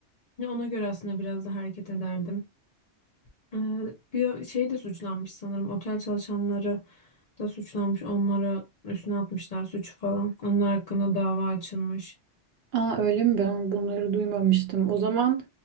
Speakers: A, on the left; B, on the right.
A: Ya ona göre aslında biraz da hareket ederdim. Ee, bir şey de suçlanmış sanırım. Otel çalışanları da suçlanmış. onlara üstüne atmışlar suçu falan. Onlar hakkında dava açılmış.
B: Aa, öyle mi? Ben bunları duymamıştım. O zaman